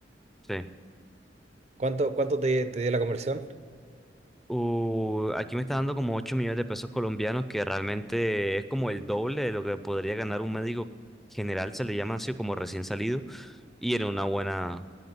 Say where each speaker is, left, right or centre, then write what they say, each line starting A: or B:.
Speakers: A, in the centre; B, on the right (about 40°).
A: Sí.
B: ¿Cuánto, cuánto te, te dio la conversión?
A: Uh, aquí me está dando como 8 millones de pesos colombianos, que realmente es como el doble de lo que podría ganar un médico general, se le llama así como recién salido, y en una buena,